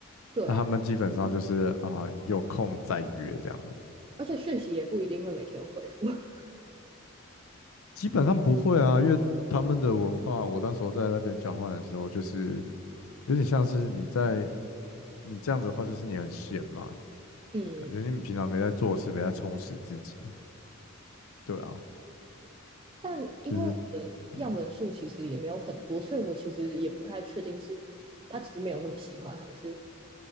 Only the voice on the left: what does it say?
那他们基本上就是啊、有空再约这样子，
基本上不会啊，因为他们的文化，我那时候在那边交换的时候，就是有点像是你在你这样子的话，就是你很闲嘛，
感觉你平常没在做事，没在充实自己。对啊，
就是嗯